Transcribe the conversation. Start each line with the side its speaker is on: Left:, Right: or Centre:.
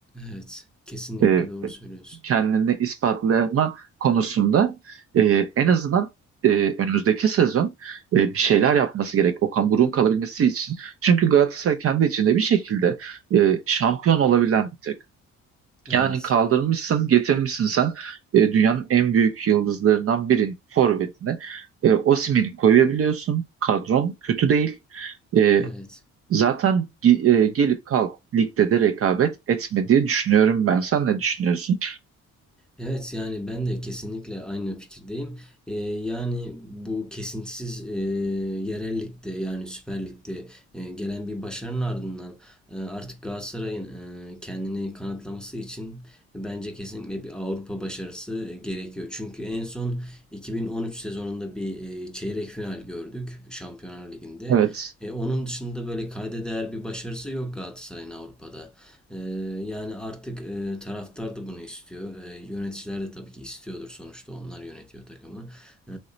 Centre: Evet. Kesinlikle
Right: Ee,
Centre: doğru söylüyorsun.
Right: kendini ispatlama konusunda e, en azından e, önümüzdeki sezon e, bir şeyler yapması gerek. Okan Buruk'un kalabilmesi için. Çünkü Galatasaray kendi içinde bir şekilde e, şampiyon olabilen bir takım.
Centre: Evet.
Right: Yani kaldırmışsın, getirmişsin sen e, dünyanın en büyük yıldızlarından birinin forvetine. E, Osimhen'i koyabiliyorsun. Kadron kötü değil. E,
Centre: Evet.
Right: zaten ge- e, gelip kalk ligde de rekabet etme diye düşünüyorum ben. Sen ne düşünüyorsun?
Centre: Evet yani ben de kesinlikle aynı fikirdeyim. Ee, yani bu kesintisiz e, yerel ligde yani Süper Lig'de e, gelen bir başarının ardından e, artık Galatasaray'ın e, kendini kanıtlaması için bence kesinlikle bir Avrupa başarısı gerekiyor. Çünkü en son 2013 sezonunda bir e, çeyrek final gördük Şampiyonlar Ligi'nde.
Right: Evet.
Centre: E, onun dışında böyle kayda değer bir başarısı yok Galatasaray'ın Avrupa'da. Ee, yani artık e, taraftar da bunu istiyor. Ee, yöneticiler de tabii ki istiyordur sonuçta onlar yönetiyor takımı. Ee,